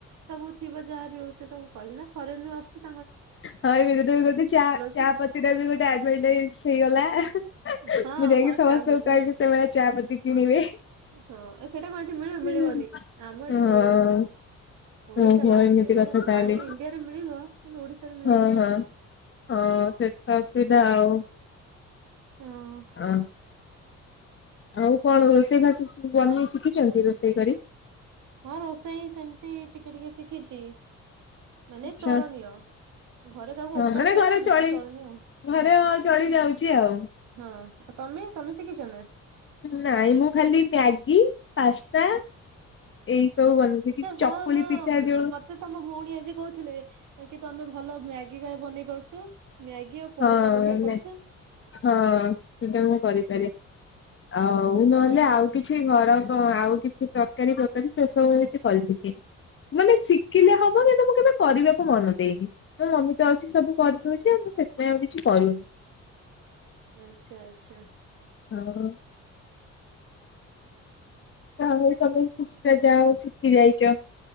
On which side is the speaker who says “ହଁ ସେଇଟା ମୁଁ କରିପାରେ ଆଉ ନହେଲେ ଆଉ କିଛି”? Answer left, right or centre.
Left